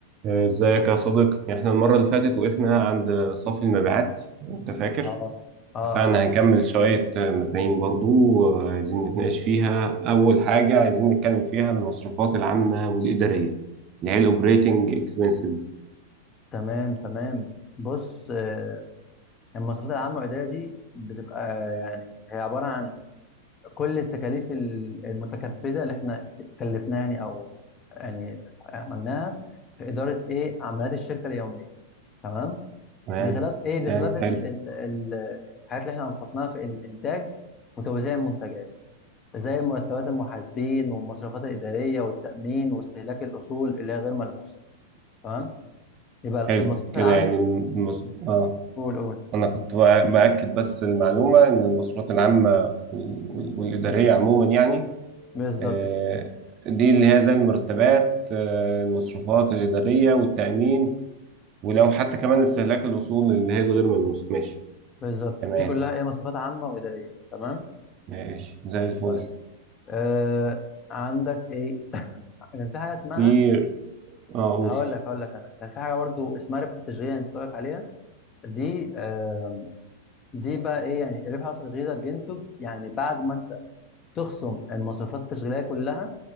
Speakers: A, on the right (about 40°); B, on the left (about 30°).
A: ازيك يا صديقي احنا المرة
B: اه
A: اللي فاتت وقفنا عند صافي المبيعات انت فاكر
B: اه اه آه،
A: اتفقنا هنكمل شوية مفاهيم برضو عايزين نتناقش فيها اول حاجة عايزين نتكلم فيها المصروفات العامة والإدارية اللي هي الاوبريتنج
B: آه،
A: اكسبنسز
B: تمام تمام بص آه، المواصفات العامة والإدارية دي بتبقى آه، يعني هي عبارة عن كل التكاليف ال- المتكبدة اللي احنا اتكلفناها يعني أو يعني عملناها في إدارة إيه عمليات الشركة اليومية تمام
A: تمام
B: بخلاف إيه بخلاف
A: تمام
B: ال-
A: حلو
B: ال- ال- الحاجات اللي احنا أنفقناها في الإنتاج وتوزيع المنتجات زي مرتبات المحاسبين والمصروفات الإدارية والتأمين واستهلاك الأصول اللي هي غير ملموسة تمام يبقى
A: حلو
B: المواصفات
A: كده
B: العامه
A: يعني المص...
B: مم.
A: اه
B: قول قول
A: انا كنت بأ- بأكد بس المعلومة ان المصروفات العامة وال- وال- والإدارية عموما يعني
B: بالظبط
A: آه،
B: كده
A: دي اللي هي زي المرتبات آه، المصروفات الإدارية والتأمين ولو حتى كمان استهلاك الأصول اللي هي الغير ملموسة ماشي
B: بالظبط
A: تمام
B: دي كلها ايه مواصفات عامه واداريه تمام
A: ماشي زي الفل
B: طيب آه عندك ايه <laughs> كان في حاجه اسمها
A: في اه قول
B: هقول لك هقول لك انا كان في حاجه برضو اسمها ربح التشغيل انا نسيت اقول لك عليها دي آه دي بقى ايه يعني ربح اصلا التشغيل ده بينتج يعني بعد ما انت تخصم المواصفات التشغيليه كلها